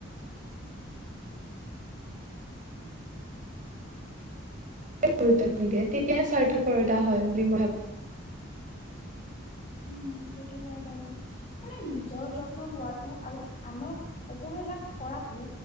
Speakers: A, on the right; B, on the left.
A: গুৰুত্ব নিদিয়ে তেতিয়াহে স্বাৰ্থপৰতা হয় বুলি মই ভাবো।
B: উম সেইটো হয় বাৰু। মানে নিজৰ যত্ন লোৱাটো আৰু আনক অৱহেলা কৰাটো